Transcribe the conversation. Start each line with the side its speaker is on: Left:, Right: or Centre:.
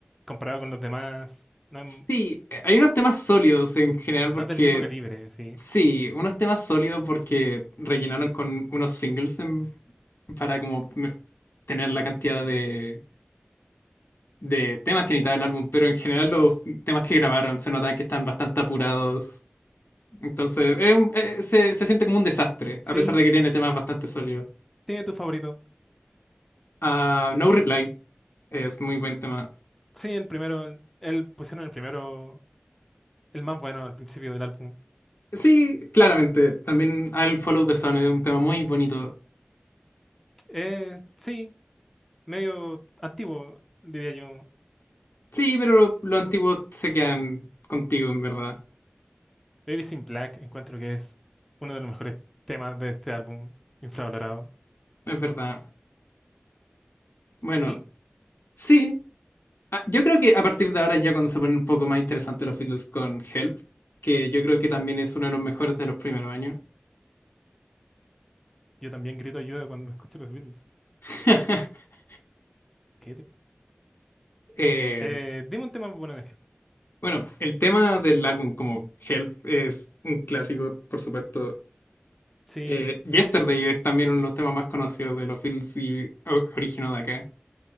Centre: comparado con los demás, no, es
Left: Sí, eh, hay unos temas sólidos en general porque,
Centre: no es del mismo calibre, sí.
Left: sí, unos temas sólidos porque rellenaron con unos singles en- para como me- tener la cantidad de, de temas que necesitaba el álbum, pero en general los temas que grabaron se notan que están bastante apurados, entonces es un- eh, se, se siente como un desastre,
Centre: Sí,
Left: a pesar de que tiene temas bastante sólidos.
Centre: tiene tu favorito.
Left: Ah, No Reply es muy buen tema.
Centre: Sí, el primero, el, el- pusieron el primero, el más bueno al principio del álbum.
Left: Sí, claramente, también I'll Follow the Sun es un tema muy bonito.
Centre: Eh, sí. medio antiguo, diría yo.
Left: Sí, pero los antiguos se quedan contigo, en verdad.
Centre: Babies in Black encuentro que es uno de los mejores temas de este álbum infravalorado.
Left: Es verdad. Bueno,
Centre: Sí,
Left: sí. Ah, Yo creo que a partir de ahora es ya cuando se ponen un poco más interesantes los Beatles con Help, que yo creo que también es uno de los mejores de los primeros años.
Centre: yo también grito ayuda cuando <laughs> escucho los Beatles.
Left: <laughs>
Centre: ¿Qué te-
Left: Eh,
Centre: Eh, dime un tema bueno, Ángel.
Left: bueno, el tema del álbum como Help es un clásico, por supuesto.
Centre: Sí,
Left: Eh, Yesterday es también uno de los temas más conocidos de los Beatles y o- originó de acá.